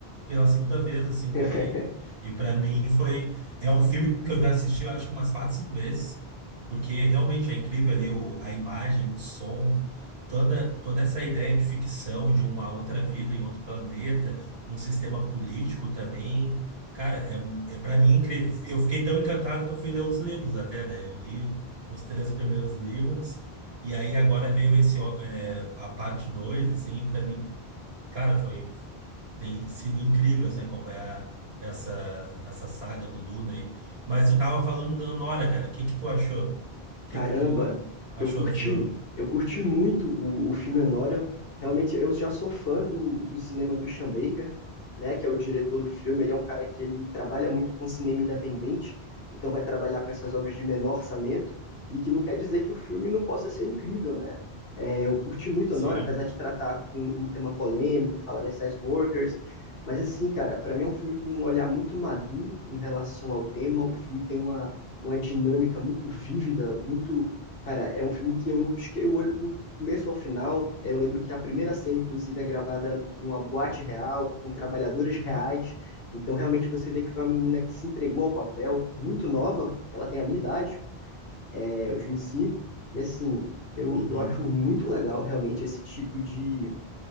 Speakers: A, on the right (about 75°); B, on the left (about 65°).
A: pela segunda vez, assim, cara.
B: <laughs>
A: E, e para mim foi. É um filme que eu já assisti, eu acho que umas quatro, cinco vezes, porque realmente é incrível ali o, a imagem, o som toda, toda essa ideia de ficção de uma outra vida em outro planeta, um sistema político também, cara, é, é para mim incrível. Eu fiquei tão encantado que eu fui ler os livros até, né? Eu li os três primeiros livros e aí agora veio esse ó, é, a parte 2 assim, para mim, cara, foi tem sido incrível assim, acompanhar essa essa saga do Duna aí. Mas tu tava falando da Nora, cara. O que que tu achou? O que
B: Caramba,
A: que tu achou
B: eu curti,
A: do filme?
B: eu curti muito o, o filme Anora. Realmente, eu já sou fã do, do cinema do Sean Baker, né, que é o diretor do filme. Ele é um cara que ele trabalha muito com cinema independente, então vai trabalhar com essas obras de menor orçamento, e que não quer dizer que o filme não possa ser incrível, né? É, eu curti muito
A: Sim.
B: Anora, apesar de tratar com um tema polêmico, falar das sex workers. Mas assim, cara, para mim é um filme com um olhar muito maduro em relação ao tema. O filme tem uma uma dinâmica muito vívida, muito. Cara, é um filme que eu não pisquei o olho do começo ao final. Eu lembro que a primeira cena, inclusive, é gravada numa boate real, com trabalhadores reais. Então, realmente, você vê que foi uma menina que se entregou ao papel, muito nova, ela tem a minha idade, é, os 25 e assim, eu,
A: Uhum.
B: eu acho muito legal, realmente, esse tipo de